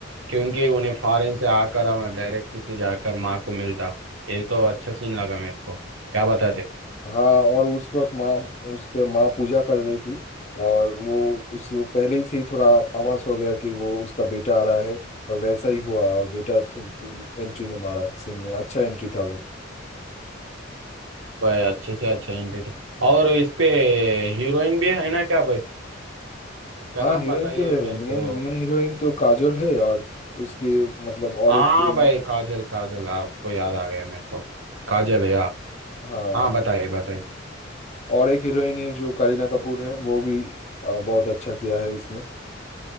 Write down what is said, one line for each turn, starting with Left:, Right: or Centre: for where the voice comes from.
Right: क्योंकि उन्हें फॉरेन से आकर हम डायरेक्ट से जाकर माँ को मिलता ये तो अच्छा सीन लगा मेरे को क्या बताते
Left: हाँ और उस वक्त माँ उसके माँ पूजा कर रही थी और वो उस पहले ही से ही थोड़ा आभास हो गया कि वो उसका बेटा आ रहा है और वैसा ही हुआ और बेटा एंट्री ने मारा सीन में अच्छा एंट्री था वो
Right: भाई अच्छे से अच्छा एंट्री था और इस पे हीरोइन भी है ना क्या भाई उसका
Left: हाँ
Right: नाम
Left: हीरोइन
Right: बताइए
Left: तो है
Right: मेरे को
Left: मेन मेन हीरोइन तो काजोल है और उसके मतलब और
Right: हाँ
Left: एक हीरोइन
Right: भाई काजल काजल आपको याद आ गया मेरे को काजल है यार
Left: हाँ
Right: हाँ बताइए बताइए
Left: और एक हीरोइन है जो करीना कपूर है वो भी अ, बहुत अच्छा किया है उसमें